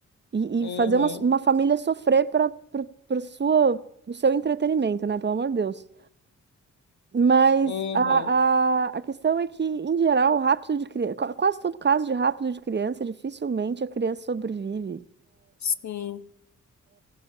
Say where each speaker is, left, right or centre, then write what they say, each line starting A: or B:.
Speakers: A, on the right (about 35°); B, on the left (about 65°).
A: E,
B: Uhum.
A: e fazer uma, uma família sofrer para o sua o seu entretenimento, né? Pelo amor de Deus. Mas
B: Uhum.
A: a, a, a questão é que, em geral, o rapto de criança, quase todo caso de rapto de criança, dificilmente a criança sobrevive.
B: Sim.